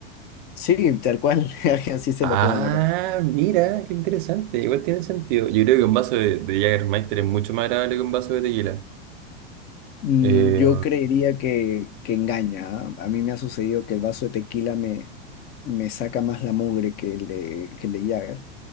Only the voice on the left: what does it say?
Sí, tal cual, <laughs> así se
lo toman acá.
Mm,
Yo creería que, que engaña. ¿ah? A mí me ha sucedido que el vaso de tequila me, me saca más la mugre que el de, que el de Jagger.